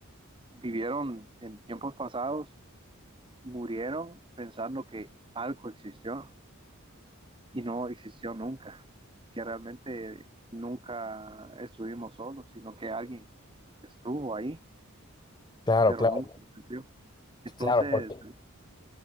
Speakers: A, on the right; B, on the left.
A: vivieron en tiempos pasados murieron pensando que algo existió. y no existió nunca, que realmente nunca estuvimos solos, sino que alguien estuvo ahí,
B: Claro,
A: pero
B: claro,
A: nunca existió. Entonces,
B: claro, porque